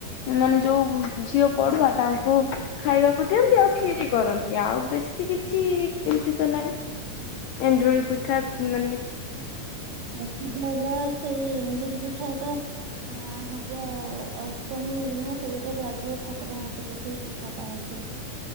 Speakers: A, on the left (about 80°); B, on the right (about 70°).
A: ମାନେ ଯୋଉ ଝିଅ ପଢୁଆ ତାଙ୍କୁ ଖାଇବାକୁ ଦିଅନ୍ତି ଆଉ କ୍ଷିରି କରନ୍ତି ଆଉ ବେଶୀ କିଛି ଏମିତି ତ ନାହିଁ।
B: <inaudible>
A: ଏଣ୍ଡୁରି ପିଠା ମାନେ
B: ଅସିୁଧ ହେଲା ସେଇ ଏଣ୍ଡୁରି ପିଠା ଟା ଆ ହବ ଅଷ୍ଟମୀ ଦିନ ସେଇଟା ଲାଗିବ ଠାକୁର ମତରେ ସେଇ ପିଠାଟା ଆଗେ। <inaudible>